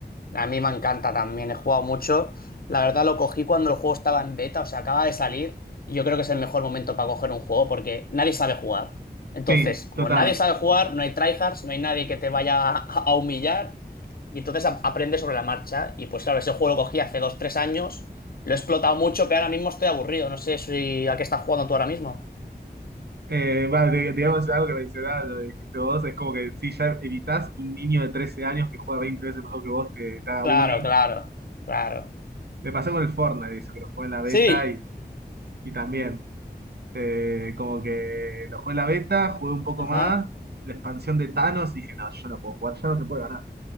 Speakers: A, on the left; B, on the right.
A: A mí me encanta también, he jugado mucho. La verdad lo cogí cuando el juego estaba en beta, o sea, acaba de salir y yo creo que es el mejor momento para coger un juego porque nadie sabe jugar. Entonces,
B: Sí,
A: como
B: total.
A: nadie sabe jugar, no hay tryhards, no hay nadie que te vaya a, a humillar y entonces a- aprendes sobre la marcha. Y pues claro, ese juego lo cogí hace dos, tres años, lo he explotado mucho, pero ahora mismo estoy aburrido, no sé si a qué estás jugando tú ahora mismo.
B: Eh, va, di- digamos algo que mencionabas, lo que dijiste vos, es como que sí, ya evitás que un niño de 13 años que juega 20 veces mejor que vos te, te haga
A: Claro,
B: bullying.
A: claro, claro.
B: Me pasó con el Fortnite, eso, que lo jugué en la beta
A: Sí,
B: y, y también. Eh, como que lo jugué en la beta, jugué un poco
A: ajá.
B: más, la expansión de Thanos, dije, no, yo no puedo jugar, ya no se puede ganar.